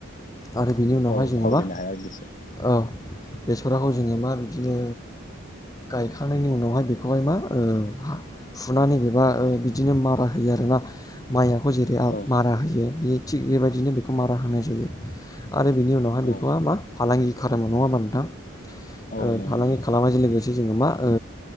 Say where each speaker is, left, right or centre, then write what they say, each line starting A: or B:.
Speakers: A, on the left; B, on the left.
A: आरो बेनि उनावहाय
B: औ
A: जोने'बा
B: थावरिनो हाया गोसो
A: औ बेसराखौ जोंङो मा बिदिनो गायखांनायनि उनावहाय बेखौहाय मा ओ फुनानै एबा ओ बिदिनो मारा होयो आरोना मायखौ जेरै
B: औ
A: मारा होयो बे थिग बेबायदिनो बेखौ मारा होनाय जायो, आरो बिनि उनावहाय
B: औ
A: बेखौहाय मा फालांगि खालामो नंङा होनबा नोंथां?
B: औ
A: ओ
B: नंगौ
A: फालांगि
B: नंगौ
A: खालामनायजों लोगोसे जोंङो मा ओ